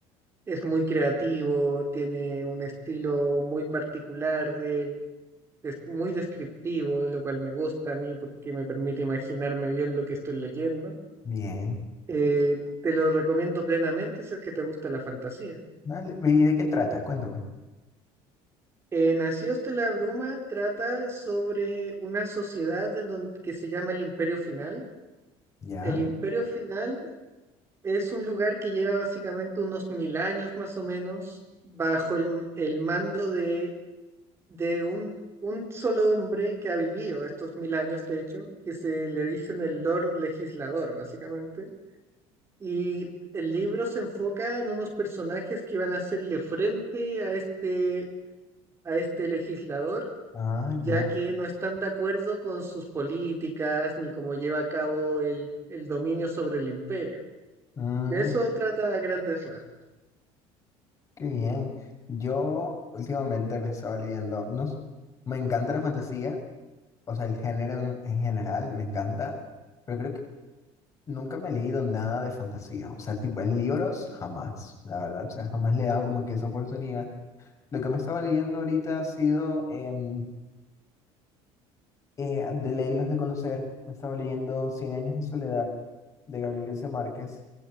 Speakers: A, on the right; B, on the left.
A: es muy creativo, tiene un estilo muy particular de él, es muy descriptivo, lo cual me gusta a mí porque me permite imaginarme bien lo que estoy leyendo.
B: Bien.
A: Eh, te lo recomiendo plenamente si es que te gusta la fantasía.
B: Dale. ¿Y de qué trata? Cuéntame.
A: Eh, Nacidos de la Bruma trata sobre una sociedad en don- que se llama el Imperio Final.
B: ¿Ya?
A: El Imperio Final es un lugar que lleva básicamente unos mil años más o menos bajo el, el mando de de un, un solo hombre que ha vivido estos mil años, de hecho, que se le dicen el Lord Legislador, básicamente. Y el libro se enfoca en unos personajes que van a hacerle frente a este, a este legislador,
B: Ah,
A: ya
B: ya.
A: que no están de acuerdo con sus políticas ni cómo lleva a cabo el, el dominio sobre el imperio.
B: Mm.
A: De eso trata a grandes rasgos.
B: Qué bien. Yo últimamente me estaba leyendo, no, s- me encanta la fantasía, o sea, el género en, en general me encanta, pero creo que nunca me he leído nada de fantasía, o sea, tipo en libros jamás, la verdad, o sea, jamás le he dado como que esa oportunidad. Lo que me estaba leyendo ahorita ha sido em, eh, de leerlos de conocer, me estaba leyendo Cien años de soledad de Gabriel García Márquez,